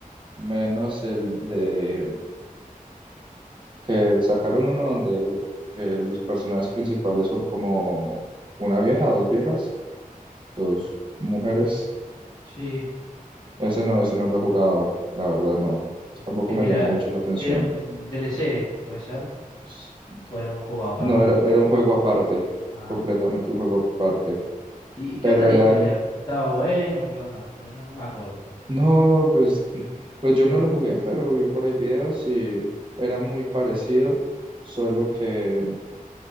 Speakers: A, on the right; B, on the left.
A: menos el de que sacaron uno donde eh, los personajes principales son como una vieja, dos viejas, dos mujeres.
B: Sí.
A: Ese no, ese no lo he jugado, la verdad no. Pues tampoco
B: Es
A: me
B: que
A: llamó
B: era,
A: mucho la atención.
B: era un DLC, puede ser.
A: Pues,
B: O era un juego aparte.
A: No, era, era un juego aparte,
B: Ah.
A: completamente un juego aparte.
B: ¿Y, y qué
A: Pero
B: onda la
A: eran,
B: historia? ¿Estaba bueno? ¿Qué onda? Porque no, no me acuerdo. muy bien.
A: no, pues, <clears throat> pues yo no lo jugué, pero vi por ahí videos y era muy parecido, solo que